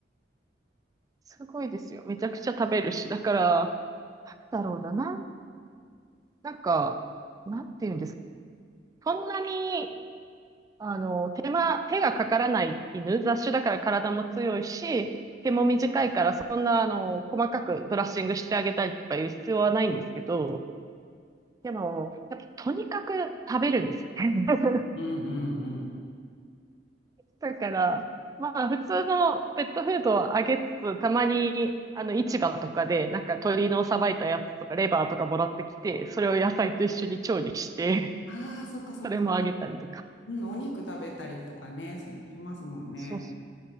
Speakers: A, on the right; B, on the left.
A: すごいですよ。めちゃくちゃ食べるし。だから、なんだろうな、なん、なんか、なんて言うんですか。そんなに、あの、手間、手がかからない犬、雑種だから体も強いし、毛も短いから、そんな、あの、細かくブラッシングしてあげたりとかいう必要はないんですけど、でも、やっぱとにかく食べるんですよね。<laughs>
B: うんうんうん。へえうんうんうんうんうんうん
A: だから、まあ普通のペットフードをあげつつ、たまにあの市場とかでなんか鶏のさばいたやつとかレバーとかもらってきて、それを野菜と一緒に調理して、
B: ああ、そっかそっか。
A: それもあげたりとか。
B: うん、お肉食べたりとかね、ししますもんね。
A: そうそ